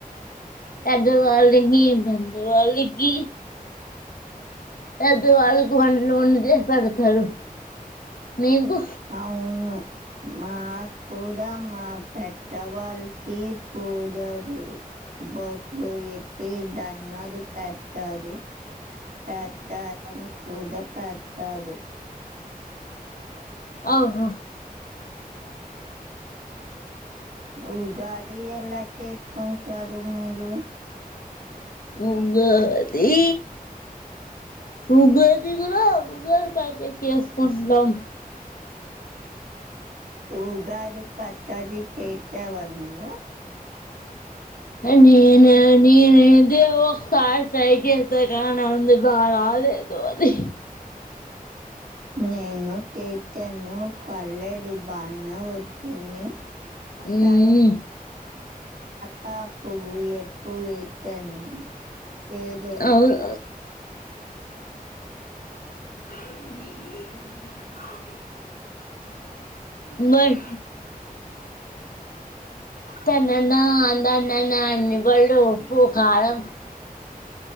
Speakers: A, on the left; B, on the right.
A: పందవాలంగ <unintelligible> బెంద్రవాల గి పెద్ద వాల్గు వంటలు వండి పెడతారు మీకు
B: అవును మాకు కూడా మా పెద్దవాళ్ళకి పూజదు బొట్లు ఎట్టి దన్నలు పెతరు. అతరామ్ ఊదప్ప అది కాదు.
A: అహ
B: ఉగాది ఎలా చేత్కంతారు మీరూ.
A: ఉగాది, ఉగాది కూడా ఉగాది అయిపోయినంక చేసుకుంటున్నాం.
B: ఉగాది పచ్చడి చేతావా నువ్వు.
A: నేనా నేనైతే ఒకసారి ట్రై చేశా కాని అందు బా రాలేదు అది.
B: నేను చేతాను పర్లేదు బానే వచ్చింది.
A: మ్మ్
B: కానీ పాపు ఎకువ ఏతేను ఏదో
A: అవును <inaudible> మ తెన్న నందన్న నాని ఉప్పు, కారం.